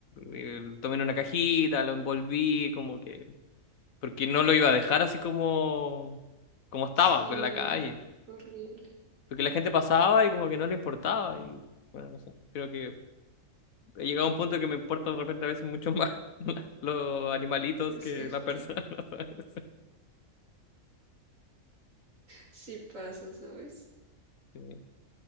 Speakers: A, on the left; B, on the right.
A: Eh, Lo tomé en una cajita, lo envolví, como que... Porque no lo iba a dejar así como, como estaba,
B: Sí,
A: pues, en la calle.
B: horrible,
A: Porque la gente pasaba y como que no le importaba. Y bueno, no sé, creo que he llegado a un punto que me importa de repente a veces mucho más <laughs> los animalitos
B: es
A: que
B: cierto.
A: las personas, <laughs> ¿sabes?
B: Sí pasa, ¿sabes?
A: Sí.